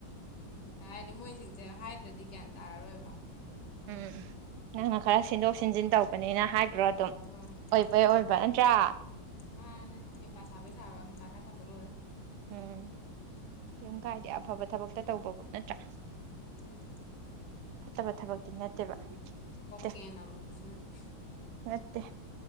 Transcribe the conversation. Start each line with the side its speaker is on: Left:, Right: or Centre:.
Left: ꯍꯥꯏꯗꯤ ꯃꯣꯏꯁꯤꯡꯁꯦ ꯍꯥꯏꯗ꯭ꯔꯗꯤ ꯒ꯭ꯌꯥꯟ ꯇꯥꯔꯔꯣꯏꯕ
Right: ꯎꯝ ꯅꯪꯅ ꯈꯔ ꯁꯤꯟꯗꯣꯛ ꯁꯤꯟꯖꯤꯟ ꯇꯧꯕꯅꯤꯅ ꯣ ꯑꯗꯨꯝ
Left: ꯍꯣꯏ
Right: ꯑꯣꯏꯕꯩ ꯑꯣꯏꯕ
Left: ꯎꯝ
Right: ꯅꯠꯇ꯭ꯔꯥ
Left: ꯃꯥꯅꯦ ꯍꯦꯄꯥ ꯁꯥꯕꯩ ꯆꯥꯕ ꯍꯦꯞꯥꯛ ꯈꯥ ꯆꯗꯣ ꯂꯣꯏꯔꯦ
Right: ꯎꯝ ꯀꯩꯝ ꯀꯥꯏꯗꯦ ꯑꯐꯕ ꯊꯕꯛꯇ ꯇꯧꯕ ꯄꯣꯠ ꯅꯠꯇ꯭ꯔꯥ
Left: ꯎꯝ
Right: ꯐꯠꯇꯕ ꯊꯕꯛꯇꯤ ꯅꯠꯇꯦꯕ ꯅꯠꯇꯦ
Left: ꯀꯣꯀꯦꯟ ꯂꯥꯂꯣꯟꯕꯁꯨ ꯅꯠꯇꯦ
Right: ꯅꯠꯇꯦ